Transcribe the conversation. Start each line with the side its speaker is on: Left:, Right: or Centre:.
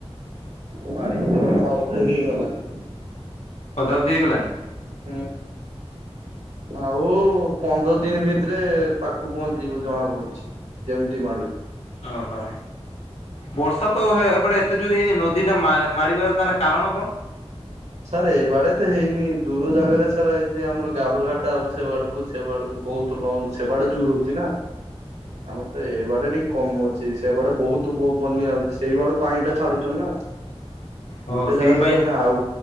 Right: ବାଡି କଥାଉଥା ହେଇଗଲାଣି <inaudible>
Left: ପଦାର୍ ଦ ହେଇଗଲଣିି।
Right: ହୁଁ ଆଉ ପନ୍ଦର ଦିନ ଭିତରେ ପାଖକୁ ପହଞ୍ଚିବ ଜଣା ପଡୁଛି ଯେମିତି ମାଡୁଛି।
Left: ଓହୋ। ବର୍ଷା ତ ଏବେଟେ ଏତେ ଜୋର ହେଇନି ନଦୀ ଟା ମାରିବାର ତାହେଲେ କାରଣ କଣ?
Right: ସାର୍ ଏ ବାଡେ ତ ହେଇନି ଦୂର ଜାଗାରେ ସାର୍ ଏଇଛି ଆମର ଗାବରଘାଟ ଆହୁରି ସେ ବାଡକୁ ବା ଆଡକୁ ବହୁତ ଲଙ୍ଗ ସେ ବାଡେ ଜୋର ହଉଛି ନା ଆମର ତ ଏ ବାଡେ ଟିକେ କମ ଅଛି ସେ ବାଡେ ବହୁତ ବନ୍ୟା ହଛି ସେଇ ବାଡୁ ପାଣି ଟା ଛାଡୁଛନ୍ତି ନା।
Left: ଓହୋ
Right: ଗୋଟେ
Left: ସେଇ
Right: ଜାଗାର
Left: ପାଇଁ
Right: ଯେ ଆଉ